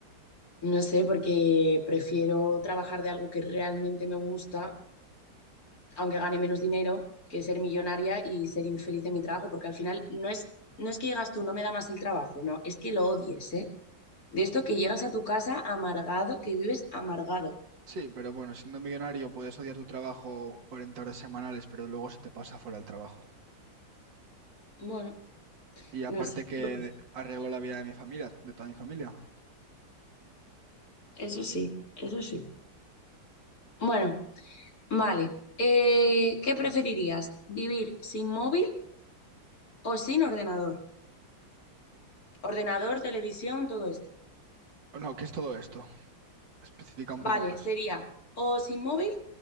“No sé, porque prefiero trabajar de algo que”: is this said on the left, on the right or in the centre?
Left